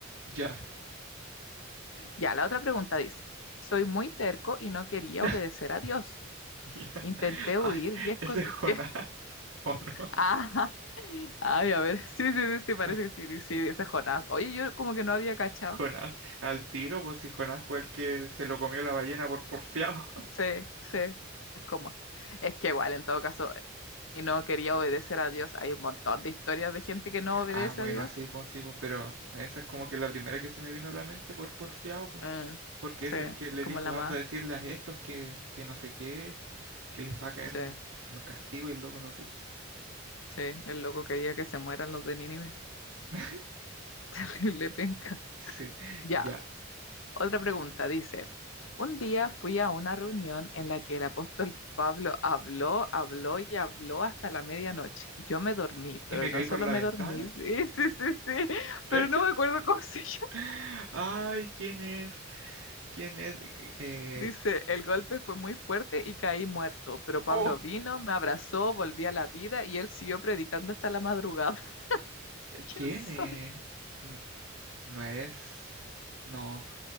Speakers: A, on the right (about 80°); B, on the left (about 70°).
A: Ya.
B: Ya, la otra pregunta dice, soy muy terco y no quería
A: <laughs>
B: obedecer a Dios.
A: Ya.
B: Intenté
A: Ah,
B: huir y esconder.
A: ese es Jonás,
B: ¿Qué? <laughs>
A: ¿o no?
B: Ah, ay, a ver. Sí, sí, sí, sí,
A: <laughs>
B: parece que sí, sí, dice Jonás. Oye, yo como que no había cachado.
A: Jonás, al tiro, pues si Jonás fue el que se lo comió la ballena por porfiado.
B: Sí, sí. Es como. Es que igual, en todo caso, y no quería obedecer a Dios. Hay un montón de historias de gente que no obedece
A: Ah, bueno,
B: a Dios.
A: sí, pues sí, pues, pero esa es como que la primera que se me vino a la mente por porfiado, pues.
B: Eh,
A: Porque
B: sí,
A: es
B: es
A: el que le
B: como
A: dijo,
B: la más.
A: anda a decirles a estos que, que no sé qué, que les va a caer
B: Sí,
A: un, un castigo y el loco no quiso.
B: sí. El loco quería que se mueran los de Nínive.
A: <laughs>
B: <laughs> Le penca.
A: Sí,
B: Ya.
A: ya.
B: Otra pregunta dice, un día fui a una reunión en la que el apóstol Pablo habló, habló y habló hasta la medianoche. Yo me dormí, pero
A: Y me
B: no
A: caí
B: solo
A: por la
B: me
A: ventana.
B: dormí, <laughs> sí, sí, sí, sí,
A: ¿Ese?
B: pero no me acuerdo cómo se <laughs> llama.
A: <laughs> Ay, ¿quién es? ¿Quién es? Eh,
B: Dice, el golpe fue muy fuerte y caí muerto, pero Pablo
A: oh,
B: vino, me abrazó, volví a la vida y él siguió predicando hasta la madrugada. <laughs> ¿Quién
A: ¿quién
B: soy?
A: es? N- No es. No.